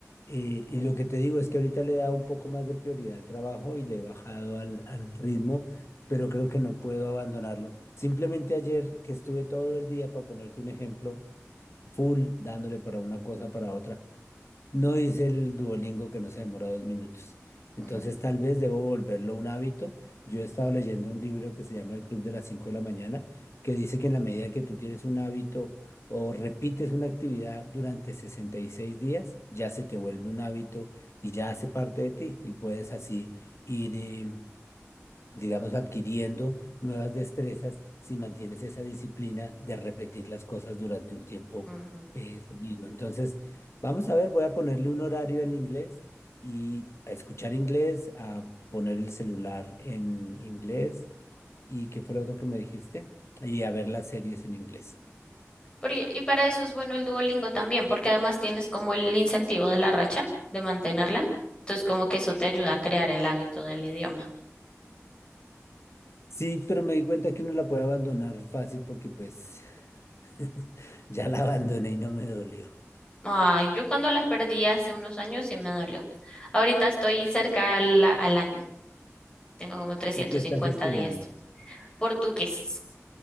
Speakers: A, on the left; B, on the left.
A: eh, y lo que te digo es que ahorita le he dado un poco más de prioridad al trabajo y le he bajado al, al ritmo, pero creo que no puedo abandonarlo. Simplemente ayer que estuve todo el día, para ponerte un ejemplo, full, dándole para una cosa, para otra. No dice el Duolingo que no se demora dos minutos. Entonces
B: Mm,
A: tal vez debo volverlo un hábito. Yo he estado leyendo un libro que se llama El Club de las cinco de la mañana, que dice que en la medida que tú tienes un hábito o repites una actividad durante 66 días, ya se te vuelve un hábito y ya hace parte de ti y puedes así ir em, digamos, adquiriendo nuevas destrezas si mantienes esa disciplina de repetir las cosas durante un tiempo
B: mm.
A: eh, seguido. Entonces, vamos a ver, voy a ponerle un horario al inglés y a escuchar inglés, a poner el celular en inglés y qué fue lo otro que me dijiste, y a ver las series en inglés.
B: Porque, y para eso es bueno el Duolingo también, porque además tienes como el incentivo de la racha, de mantenerla. Entonces como que eso te ayuda a crear el hábito del idioma.
A: Sí, pero me di cuenta que uno la puede abandonar fácil porque pues <laughs> ya la abandoné y no me dolió.
B: Ay, yo cuando la perdí hace unos años sí me dolió. Ahorita estoy cerca al, al año, tengo como trescientos
A: ¿Y qué estás
B: cincuenta
A: estudiando?
B: días. portugués.